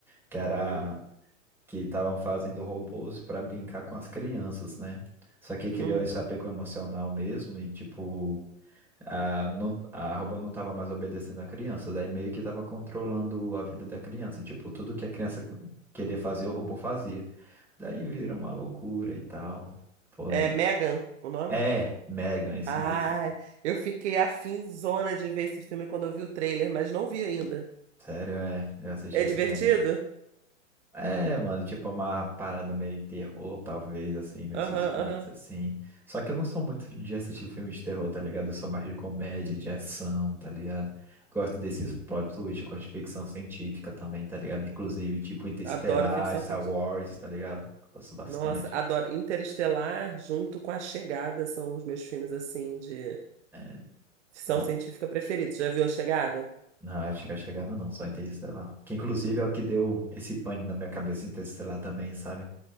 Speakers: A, in the centre; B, on the right.
A: que era
B: Uhum.
A: que estavam fazendo robôs para brincar com as crianças, né? Só que criou
B: Hum.
A: esse apego emocional mesmo e tipo, a, não, a robô não estava mais obedecendo a criança, daí meio que estava controlando a vida da criança, tipo, tudo que a criança queria fazer, o robô fazia. Daí vira uma loucura e tal. Foi.
B: É Megan, o nome?
A: É, Megan, esse
B: Ah,
A: mesmo.
B: eu fiquei afinzona de ver esse filme quando eu vi o trailer, mas não vi ainda.
A: Sério, é. Eu assisti
B: É
A: esse
B: divertido?
A: Megan. É, mano, tipo uma parada meio terror, talvez, assim, meio
B: Aham,
A: suspense,
B: aham.
A: assim. Só que eu não sou muito de assistir filme de terror, tá ligado? Eu sou mais de comédia, de ação, tá ligado? Gosto desses plot twist, gosto de ficção científica também, tá ligado? Inclusive, tipo Interestelar,
B: Adoro ficção
A: Star
B: científica.
A: Wars, tá ligado? Gosto bastante.
B: Nossa, adoro. Interestelar junto com A Chegada são os meus filmes, assim, de
A: É,
B: ficção
A: Não,
B: científica preferidos. Já viu A Chegada?
A: não, acho que a chegada não, só Interestelar. Que inclusive é o que deu esse pane na minha cabeça Interestelar também, sabe?